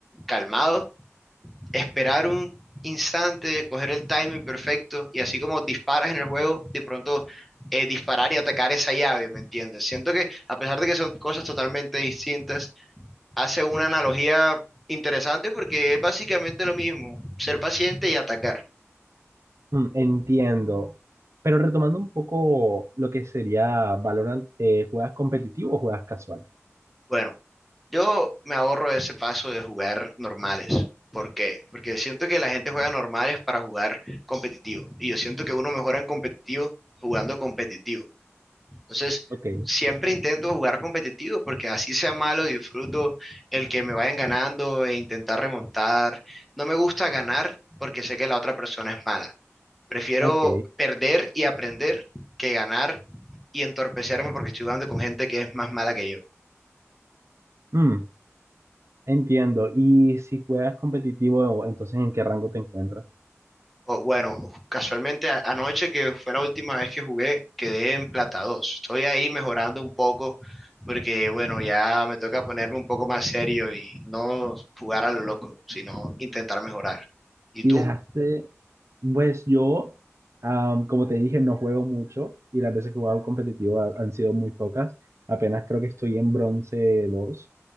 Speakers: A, in the centre; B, on the right.
A: calmado esperar un instante, coger el timing perfecto y así como disparas en el juego, de pronto eh, disparar y atacar esa llave, ¿me entiendes? Siento que a pesar de que son cosas totalmente distintas, hace una analogía interesante porque es básicamente lo mismo, ser paciente y atacar.
B: Mm, entiendo. Pero retomando un poco lo que sería Valorant, eh, ¿juegas competitivo o juegas casual?
A: Bueno, yo me ahorro ese paso de jugar normales. ¿Por qué? Porque siento que la gente juega normales para jugar competitivo y yo siento que uno mejora en competitivo jugando competitivo. Entonces,
B: Ok,
A: siempre intento jugar competitivo porque así sea malo, disfruto el que me vayan ganando e intentar remontar. No me gusta ganar porque sé que la otra persona es mala. Prefiero
B: ok.
A: perder y aprender que ganar y entorpecerme porque estoy jugando con gente que es más mala que yo.
B: Mm, entiendo. Y si juegas competitivo, entonces ¿en qué rango te encuentras?
A: O, bueno, casualmente a- anoche que fue la última vez que jugué, quedé en plata dos Estoy ahí mejorando un poco porque, bueno, ya me toca ponerme un poco más serio y no jugar a lo loco, sino intentar mejorar. ¿Y
B: y
A: tú?
B: dejaste, pues yo, am, como te dije, no juego mucho y las veces que he jugado competitivo ha- han sido muy pocas, apenas creo que estoy en bronce dos